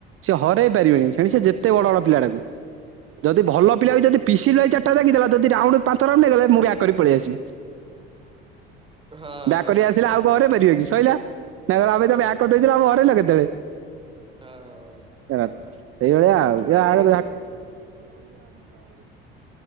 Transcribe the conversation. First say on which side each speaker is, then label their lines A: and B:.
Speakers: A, on the right (about 45°); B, on the right (about 15°).
A: ସେ ହରେଇ ପାରିବେନି ସେଣି ସେ ଯେତେ ବଡ଼ବଡ଼ ପିଲାଡାକୁ ଯଦି ଭଲ ପିଲା
B: ଓ
A: ବି ଯଦି ପିଶି <unintelligible> ଡାକିଦେଲା ଯଦି ରାଉଣ୍ଡ ପାଞ୍ଚ ରାଉଣ୍ଡ ହେଇଗଲେ ମୁଁ ବ୍ୟାକ କରିକି ପଳେଇ ଆସିବି।
B: ହଁ ହଁ।
A: ବ୍ୟାକ୍ କରିକି ଆସିଲେ ଆଉ କଣ ହରେଇ ପାରିବେ କି ସଇଲା ନାମ ତ ବ୍ୟାକ କରିଦେଇଥିଲୁ ଆମକୁ ହରେଇଲ କେତେବେଳେ।
B: ହଁ
A: ହଁ ଏଇଭଳିଆ ଆଉ <unintelligible> <unintelligible>
B: ହରେଇବାକି